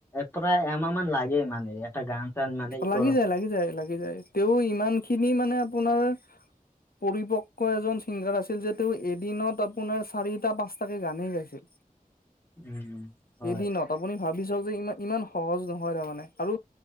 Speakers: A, on the left (about 15°); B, on the left (about 75°).
A: প্ৰায় এমাহ মান লাগে মানে এটা গান। চান মানে ই
B: লাগি
A: কৰোতে
B: যায়, লাগি যায়, লাগি যায়, তেওঁ ইমান খিনি মানে আপোনাৰ পৰিপক্ক এজন ছিংগাৰ আছিল যে, তেওঁ এদিনত আপোনাৰ চাৰিটা পাঁচটাকে গানেই গাইছিল।
A: উম হয়
B: এদিনত আপুনি ভাবি চাওক যে ইমান, ইমান সহজ নহয় তাৰমানে আৰু